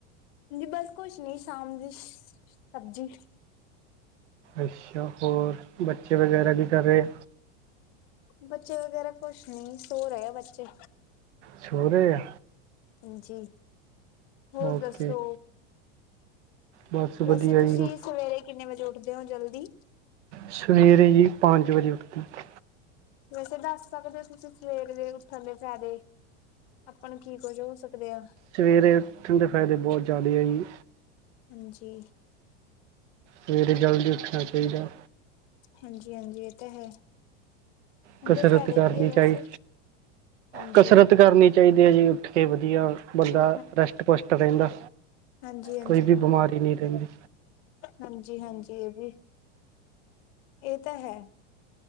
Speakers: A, on the left; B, on the right.
A: ਜੀ ਬਸ ਕੁਸ਼ ਨੀ ਸ਼ਾਮ ਦੀ ਸਬਜ਼ੀ।
B: ਅੱਸ਼ਾ, ਹੋਰ ਬੱਚੇ ਵਗੈਰਾ ਕੀ ਕਰ ਰਏ ਆ?
A: ਬੱਚੇ ਵਗੈਰਾ ਕੁਸ਼ ਨੀ ਸੋ ਰਏ ਆ ਬੱਚੇ।
B: ਛੋ ਰੇ ਐ।
A: ਹਾਂਜੀ, ਹੋਰ
B: ਓਕੇ
A: ਦੱਸੋ?
B: ਬਸ
A: ਵੈਸੇ
B: ਵਧੀਆ
A: ਤੁਸੀਂ
B: ਜੀ
A: ਸਵੇਰੇ ਕਿੰਨੇ ਵਜੇ ਉੱਠਦੇ ਓ ਜਲਦੀ?
B: ਸਵੇਰੇ ਜੀ ਪੰਜ ਵਜੇ ਉੱਠਦੇ ਆ।
A: ਵੈਸੇ ਦੱਸ ਸਕਦੇ ਓ ਤੁਸੀਂ ਸਵੇਰ ਦੇ ਉੱਠਨ ਦੇ ਫੈਦੇ। ਆਪਾਂ ਨੂੰ ਕੀ ਕੁੱਝ ਹੋ ਸਕਦੇ ਆ।
B: ਸਵੇਰੇ ਉੱਠਨ ਦੇ ਫਾਇਦੇ ਬੋਹ ਜ਼ਾਦੈ ਐ ਜੀ।
A: ਹਾਂਜੀ।
B: ਸਵੇਰੇ ਜਲਦੀ ਉੱਠਨਾ ਚਾਈਦੈ।
A: ਹਾਂਜੀ-ਹਾਂਜੀ ਏ ਤਾਂ ਹੈ,
B: ਕਸਰਤ
A: ਓਦੇ ਫੈਦੇ
B: ਕਰਨੀ
A: ਕੀ ਐ
B: ਚਾਹੀ
A: ਵੈਸੇ? ਹਾਂਜੀ
B: ਕਸਰਤ ਕਰਨੀ ਚਾਈਦੀ ਆ ਜੀ ਉੱਠ ਕੇ ਵਦੀਆ। ਬੰਦਾ
A: ਹਾਂਜੀ
B: ਰੈਸ਼ਟ-ਪੁਸ਼ਟ ਰੈਂਦਾ,
A: ਹਾਂਜੀ
B: ਕੋਈ ਵੀ ਬਿਮਾਰੀ ਨੀ ਰੈਂਦੀ।
A: ਹਾਂਜੀ-ਹਾਂਜੀ ਏ ਵੀ ਏ ਤਾਂ ਹੈ।